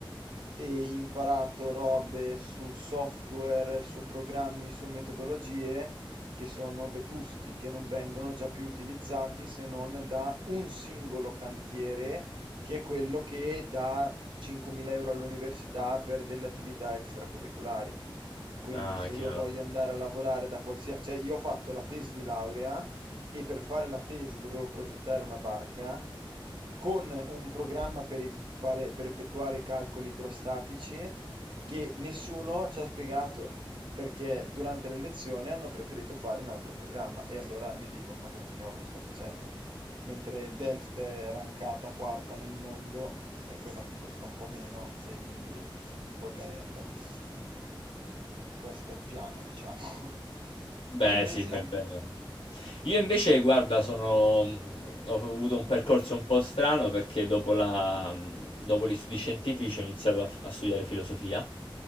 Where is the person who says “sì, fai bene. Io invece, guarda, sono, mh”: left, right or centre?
Left